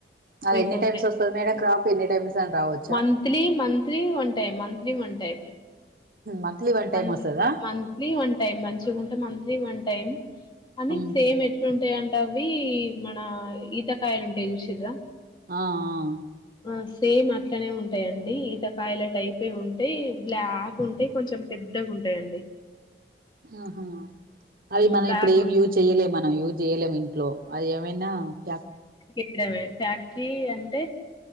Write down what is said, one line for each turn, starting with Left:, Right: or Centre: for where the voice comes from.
Right: అది
Left: త్రీ
Right: ఎన్ని
Left: ఫోర్
Right: టైమ్స్
Left: టైమ్
Right: వస్తోంది మేడం క్రాఫ్ ఎన్ని టైమ్స్ అని రావచ్చా
Left: monthly monthly one time monthly one time
Right: monthly one time
Left: month
Right: వస్తదా
Left: మంత్లీ వన్ టైమ్ మంచిగుంటే మంత్ మంత్లీ వన్ టైం అని
Right: ఉహు
Left: సేమ్ ఎట్లుంటాయి అంటె అవి మన ఈతకాయలు ఉంటాయి చూసిండ్రా
Right: ఆ ఆ
Left: ఆ సేమ్ అట్లనే ఉంటాయి అండి. ఈతకాయల టైపే ఉంటాయి బ్లాక్ ఉంటాయి కొంచెం పెద్దగా ఉంటాయండి
Right: ఆహా అది మనం
Left: బ్లాక్
Right: ఇప్పుడు ఏం యూజ్ చెయలే మనం యూజ్ చేయలేం ఇంట్లో అది ఏమైనా క్యాప్
Left: యడమే ఫ్యాక్టరీ అంటే